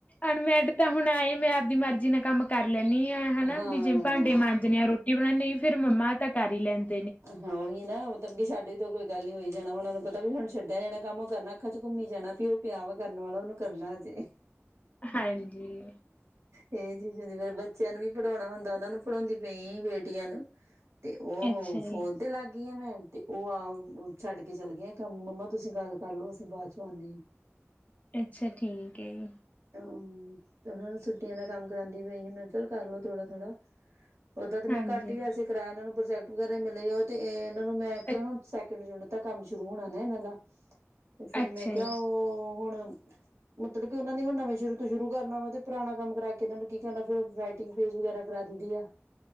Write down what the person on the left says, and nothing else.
ਅਨਮੈਰਿਡ ਤਾਂ ਹੁਣ ਐਏ ਮੈਂ ਆਪਦੀ ਮਰਜ਼ੀ ਨਾਲ ਕੰਮ ਕਰ ਲੈਂਦੀ ਆਾਂ ਹਨਾ
ਵੀ ਜੇ ਭਾਂਡੇ ਮਾਂਜਣੇ ਆ ਰੋਟੀ ਬਣਾਉਦੇ ਫੇਰ ਮੰਮਾ ਤਾਂ ਕਰ ਹੀ ਲੈਂਦੀ
ਹਾਂਜੀ ਜੀ
ਅੱਛਾ
ਜੀ,
ਅੱਛਾ ਠੀਕ ਹੈ ਜੀ
ਹਾਂਜੀ,
ਅ
ਅੱਛਾ
ਜੀ,